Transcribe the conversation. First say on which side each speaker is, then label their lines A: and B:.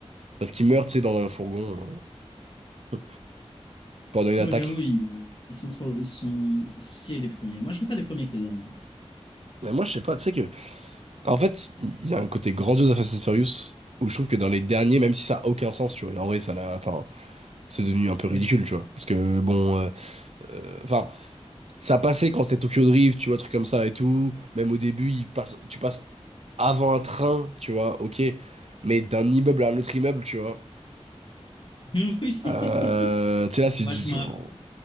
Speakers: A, on the right; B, on the left.
A: Parce qu'il meurt, tu sais, dans un fourgon euh, pendant une
B: Ah
A: attaque.
B: ouais, j'avoue, ils, ils sont trop, ils sont, ils sont sciés les premiers. Moi, je préfère les premiers que les derniers, ouais.
A: Mais moi, je sais pas, tu sais que. En fait, il y a un côté grandiose à Fast and Furious où je trouve que dans les derniers, même si ça a aucun sens, tu vois, et en vrai, ça l'a. Enfin, c'est devenu un peu ridicule,
B: Oui.
A: tu vois. Parce que bon. euh, euh, Enfin, ça passait quand c'était Tokyo Drift, tu vois, trucs comme ça et tout. Même au début, il passe, tu passes avant un train, tu vois, ok. Mais d'un immeuble à un autre immeuble, tu vois.
B: <laughs> Oui.
A: Euh, tu sais, là, tu
B: Moi,
A: te dis.
B: je me rappelle,
A: oh,